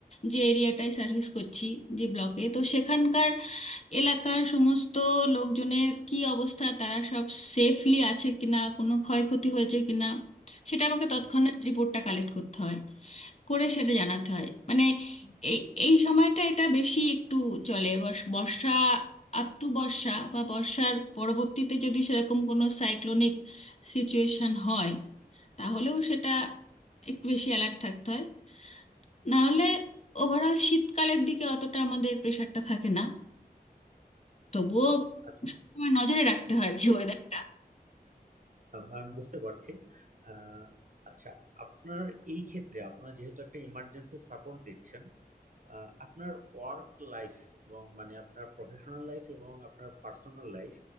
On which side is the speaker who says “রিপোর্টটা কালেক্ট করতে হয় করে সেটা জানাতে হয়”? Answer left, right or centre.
Left